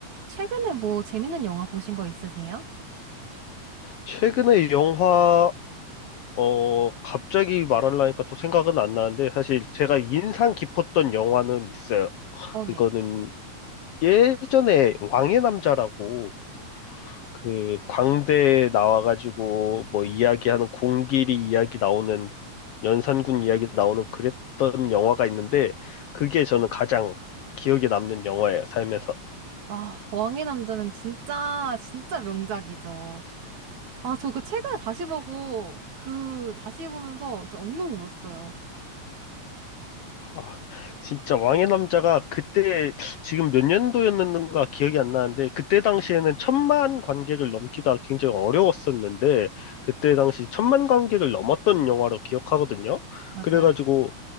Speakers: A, on the right; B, on the left.
A: 최근에 뭐 재밌는 영화 보신 거 있으세요?
B: 최근에 영화, 어, 갑자기 말하려니까 또 생각은 안 나는데, 사실 제가 인상 깊었던 영화는 있어요.
A: 어,
B: 그거는
A: 네.
B: 예전에 왕의 남자라고, 그, 광대에 나와가지고, 뭐, 이야기하는, 공길이 이야기 나오는, 연산군 이야기 나오는 그랬던 영화가 있는데, 그게 저는 가장 기억에 남는 영화예요, 삶에서.
A: 아, 왕의 남자는 진짜, 진짜 명작이죠. 아, 저 그 최근에 다시 보고, 그, 다시 보면서 진짜 엉엉 울었어요.
B: 아, 진짜 왕의 남자가 그때 지금 몇 년도였는가 기억이 안 나는데 그때 당시에는 천만 관객을 넘기가 굉장히 어려웠었는데 그때 당시 천만 관객을 넘었던 영화로 기억하거든요.
A: 맞아요.
B: 그래가지고